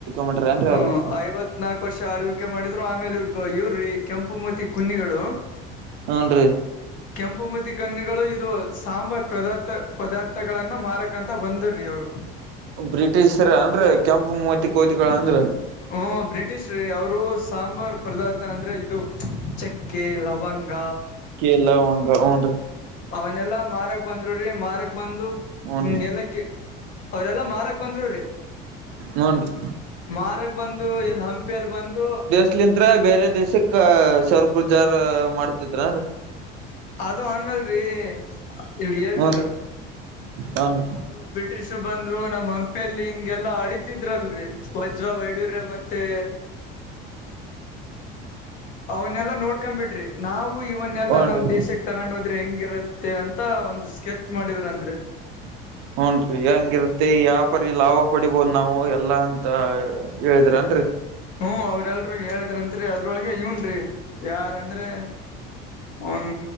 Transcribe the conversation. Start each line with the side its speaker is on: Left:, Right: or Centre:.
Right: ಮಾಡ್ಯಾರ ಏನ್ರಿ
Left: ಹ
Right: ಅವ್ರು
Left: ಐವತ್ತು ಹತ್ ನಾಲ್ಕು ವರ್ಷ ಆಳ್ವಿಕೆ ಮಾಡಿದ್ರು ಆಮೇಲೆ ಇ್ರ ಇವ್ರಿ ಕೆಂಪು ಮೂತಿ ಕುನ್ನಿಗಳು
Right: ಹ್ನ್ ರೀ
Left: ಕೆಂಪುಮತಿ ಕಣ್ಣಿಗಳು ಇದು ಸಾಂಬಾರ್ ಪದಾರ್ಥ ಪದಾರ್ಥಗಳನ್ನ ಮಾರಕ ಂತ ಬಂದರ್ರಿ ಅವ್ರು
Right: ಬ್ರಿಟಿಷರ ಅಂದ್ರ ಕೆಂಪು ಮೂತಿ ಕೋತಿಗಳ ಅಂದ್ರ
Left: ಹ ಬ್ರಿಟಿಷ್ ರೀ ಅವರು ಸಾಂಬಾರ್ ಪದಾರ್ಥ ಅಂದ್ರೆ ಇದು ಚಕ್ಕೆ ಲವಂಗ
Right: ಕಲ್ಲ ವಂಗ ಹನ್ ರ
Left: ಅವನೆಲ್ಲಾ ಮಾರಕ್ ಬಂದರು್ರೀ ಮಾರಕ್ ಬಂದು
Right: ಹೂನ್
Left: ಹ್ಮ ಎಲ್ಲ ಕ ಅವ್ರಲ್ಲ ಮಾರಕ್ ಬಂದ್ರ್್ರೀ
Right: ಹೂನ್ರಿ
Left: ಮಾರಕ್ ಬಂದು ಎಲ್ಲಿ ಹಂಪಿಯಲ್ಲಿ ಬಂದು
Right: ಮಲಿಂತ್ರ ಬೇರೆ ದೇಶಕ್ಕ ಸರ್ಬುಜಾರ್ ಮಾಡ್ತಿದ್ರ
Left: ಅದು ಹಂಗಲ್ರಿ ಇಲ್ ಹೇಳ್ತನ
Right: ಹೂನ್ರಿ
Left: ನೋಡ್ರಿ
Right: ಹನ್
Left: ಅವರು ಬ್ರಿಟಿಷ್ರು ಬಂದ್ರು ನಮ್ ಹಂಪಿಯಲ್ಲಿ ಹಿಂಗೆಲ್ಲಾ ಅಳಿತಿದ್ರಲ್ರರಿ ವಜ್ರ ವೈಡೂರ್ಯ ಮತ್ತೇ ಅವನ್ನೆಲ್ಲಾ ನೋಡ್ಕೊಂಡ್ಬಿಟ್ರಿ. ನಾವು ಇವನ್ನೆಲ್ಲಾ
Right: ಹನ್ರಿ
Left: ನಮ್ ದೇಶಕ್ ತಗೊಂಡ್ ಹೋದ್ರೆ ಹೆಂಗಿರತ್ತೆ ಅಂತ ಒಂದ್ ಸ್ಕೆಚ್ ಮಾಡಿದ್ರನ್ರಿ.
Right: ಹೂಂನ್ರಿ ಹೆಂಗಿರತ್ತೆ ಯ್ಯಾಪಾರಿ ಲಾಭ ಪಡಿಬೋದ್ ನಾವು ಎಲ್ಲಾ ಅಂತ. ಹೇಳದ್ರನ್ರರಿ.
Left: ಹ್ಮು ಅವ್ರೆಲ್ರು ಹೇಳಿದ್ರಂತ್ರಿ ಅದ್ರೊಳಗೆ ಇವನ್ರಿ ಯಾರ್ ಅಂದ್ರೆ ಅವನ್